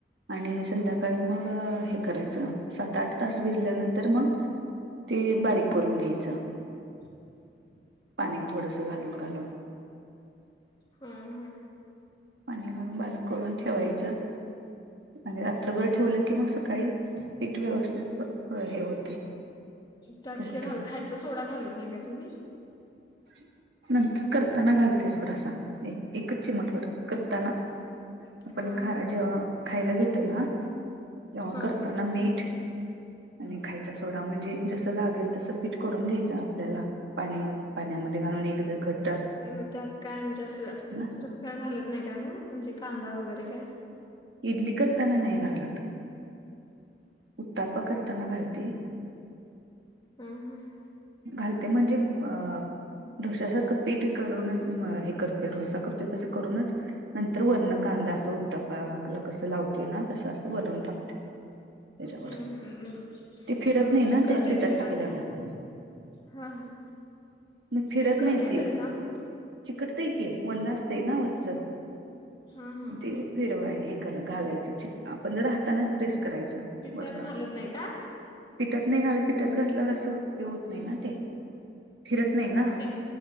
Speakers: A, on the right; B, on the left.
A: आणि संध्याकाळी मग हे करायचं सात आठ तास भिजल्यानंतर मग. ते बारीक करून घ्यायचं.
B: <inaudible>
A: पाणी थोडंस घालून घालून.
B: हम्म हम्म.
A: पाणी घालून बारीक करून ठेवायचं आणि रात्रभर ठेवलं की मग सकाळी पीठ व्यवस्थित हे होते.
B: त्यात
A: फुगते
B: हे घाल खायचा सोडा घालत नाही काय तुम्ही?
A: <inaudible> नंतर करताना घालते थोडासा एकच चिमटभर करताना. आपण
B: हा
A: ख
B: हा
A: जेव्हा खायला घेतो ना तेव्हा
B: हा
A: करताना
B: हा
A: मीठ. आणि खायचा सोडा म्हणजे जसं लागेल तसं पीठ करून घ्यायचं आपल्याला पाणी म पाण्यामध्ये घालून एकदा घट
B: मग त्यात काय आमच्यास दुसरं
A: ना
B: काय घालत नाही काय मग म्हणजे कांदा वगैरे काय.
A: इडली करताना नाही घागलत. उत्तप्पा करताना घालते.
B: हम्म हम्म.
A: घालते म्हणजे अह डोश्यासारखं पीठ करूनच म हे करते ढोसा करते तसं करूनच. नंतर वरन कांदा अस उत्तप्पाला कसं लावतोय ना तसं असं वरून टाकते. त्याच्यावर
B: हम्म हम्म अ
A: ते फिरत नाही ना
B: चिकटतेत
A: त्या पिठात
B: तरी
A: टाकल्यान
B: का ते?
A: हा
B: हा हा.
A: मग फिरत
B: चिकटतय
A: नाही ते.
B: तरी का म्हण
A: चिकटत की वल्ल असते ना वरचं
B: हा हा
A: ते फिरवाय हे. घालायच चीट आपण जर हाताच प्रेस. करायचं
B: पिठात
A: वरण
B: घालत नाही का?
A: पिठात नाही घालत पिठात घातल्यावर असं हे होत नाही ना ते. फिरत नाही ना
B: म्हणजे